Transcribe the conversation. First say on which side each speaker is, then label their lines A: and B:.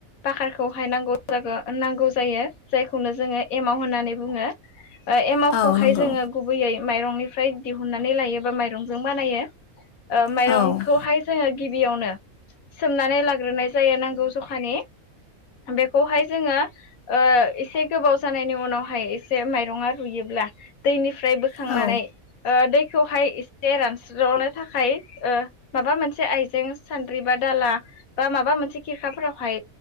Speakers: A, on the left (about 75°); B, on the left (about 60°).
A: बाखारखौहायनांगौ जागौ ओ नांगौ जायो जायखौनो जोङो एमाव होननानै बुङो ओ एमावखौहाय
B: औ नंगौ
A: जोङो गुबैयै माइरंनिफ्राय दिहुननानै लायो बा माइरंजों बानायो ओ माइरंखौहाय
B: औ
A: जोङो गिबियावनो सोमनानै लाग्रोनाय जायो नांगौ जखानि बेखौहाय जोङो ओ एसे गोबाव जानायनि उनावहाय एसे माइरङा रुयो ब्ला दैनिफ्राय बोखांनानै
B: औ
A: ओ दैखौहाय एसे रानस्रावनो थाखाय माबा मोनसे आइजें सानद्रिबा दा ला बा माबा मोनसे खिरखाफोरावहाय